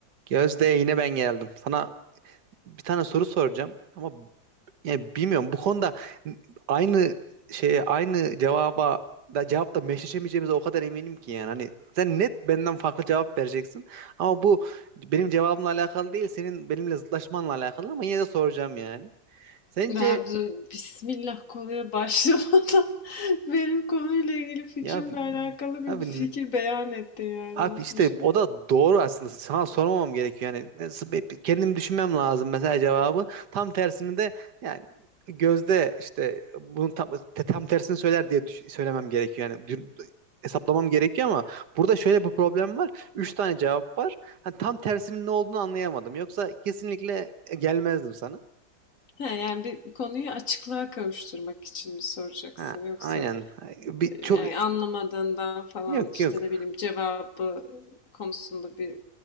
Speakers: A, on the right; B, on the left.
A: Gözde yine ben geldim. Sana bir tane soru soracağım ama yani bilmiyorum bu konuda aynı şeye aynı cevaba da cevapta meşleşemeyeceğimize o kadar eminim ki yani hani sen net benden farklı cevap vereceksin ama bu benim cevabımla alakalı değil senin benimle zıtlaşmanla alakalı ama yine de soracağım yani. Sence
B: Ya dur, Bismillah konuya başlamadan <laughs> benim konuyla ilgili fikrimle
A: ya
B: alakalı bir,
A: abi
B: bir fikir beyan etti yani
A: Abi
B: nasıl
A: işte
B: bir şey?
A: o da doğru aslında. Sana sormamam gerekiyor. Yani nasıl- be- kendim düşünmem lazım mesela cevabı. Tam tersini de yani Gözde işte bunun tam, te- tam tersini söyler diye düş- söylemem gerekiyor. Yani dü- hesaplamam gerekiyor ama burada şöyle bir problem var. Üç tane cevap var. Ha, tam tersinin ne olduğunu anlayamadım. Yoksa kesinlikle e, gelmezdim sana.
B: Ha, yani bir konuyu açıklığa kavuşturmak için mi soracaksın
A: Ha,
B: yoksa
A: aynen. Ha, Bir,
B: e,
A: çok
B: yani anlamadığından falan
A: yok
B: işte
A: yok.
B: ne bileyim cevabı konusunda bir